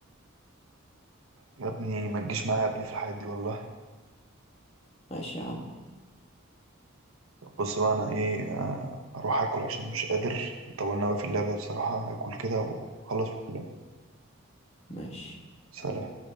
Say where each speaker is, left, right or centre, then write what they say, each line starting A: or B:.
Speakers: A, on the right; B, on the left.
A: يا ابني ما تجيش معايا يا ابني في الحاجات دي والله
B: ماشي يا عم
A: بص بقى انا ايه آه، اروح اكل عشان مش قادر طولنا اوي في اللعبة بصراحة هاكل كده واخلص واكلمك
B: ماشي
A: سلام